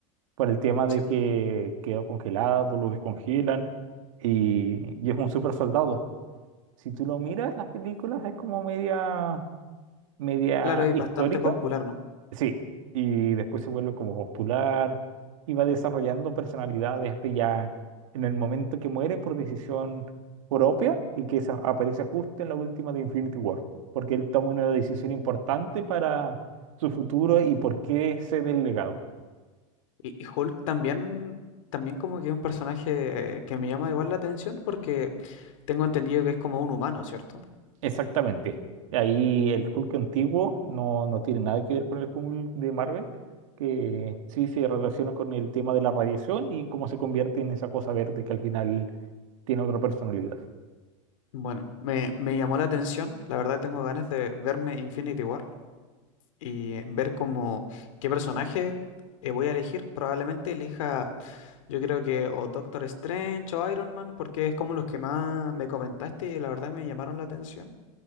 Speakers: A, on the right; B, on the left.
A: por el tema
B: Siem-
A: de que quedó congelado, lo descongelan y, y es un super soldado. Si tú lo miras, las películas es como media, media
B: Claro, es
A: histórica
B: bastante popular, ¿no?
A: Sí, y después se vuelve como popular y va desarrollando personalidad de este ya en el momento que muere por decisión propia y que esa aparece justo en la última de Infinity War, porque él toma una decisión importante para su futuro y por qué cede el legado.
B: Y, y Hulk también, también como que es un personaje eh, que me llama igual la atención porque tengo entendido que es como un humano, ¿cierto?
A: Exactamente. Ahí el Hulk antiguo no, no tiene nada que ver con el Hulk de Marvel, que sí se relaciona con el tema de la radiación y cómo se convierte en esa cosa verde que al final tiene otra personalidad.
B: Bueno, me, me llamó la atención, la verdad tengo ganas de verme Infinity War y eh, ver como qué personaje eh, voy a elegir. Probablemente elija, yo creo que o Doctor Strange o Iron Man porque es como los que más me comentaste y la verdad me llamaron la atención.